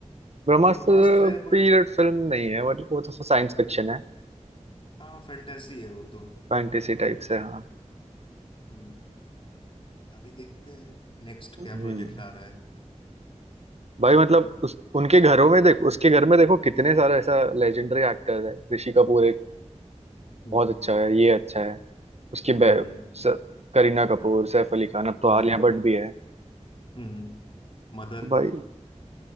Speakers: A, on the right; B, on the left.
A: ब्रह्मास्त्र
B: ब्रह्मास्त्र है बट
A: पीरियड फिल्म नहीं है मतलब वो तो साइंस फिक्शन है
B: हाँ फैंटेसी है वो तो
A: फैंटेसी टाइप से हाँ
B: हम्म अभी देखते हैं नेक्स्ट
A: हम्म
B: क्या प्रोजेक्ट आ रहा है
A: भाई मतलब उस उनके घरों में देख उसके घर में देखो कितने सारे ऐसा लेजेंडरी एक्टर्स है ऋषि कपूर एक
B: हम्म
A: बहुत अच्छा है ये अच्छा है उसकी
B: हम्म
A: बे स- करीना कपूर सैफ अली खान अब तो
B: हम्म
A: आलिया भट्ट भी है
B: हम्म मदर
A: तो भाई